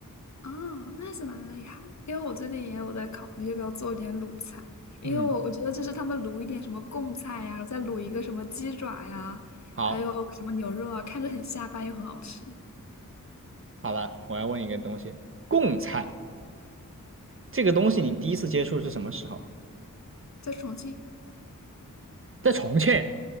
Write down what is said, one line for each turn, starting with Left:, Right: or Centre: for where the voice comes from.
Left: 哦，那是蛮厉害。因为我最近也有在考虑要不要做一点卤菜，因为我我觉得就是他们卤一点什么贡菜呀，
Right: 嗯，
Left: 再卤一个什么鸡爪呀，
Right: 好，
Left: 还有什么牛肉啊，看着很下饭又很好吃。
Right: 好了，我要问一个东西，贡菜这个东西你第一次接触是什么时候？
Left: 在重庆，
Right: 在重庆，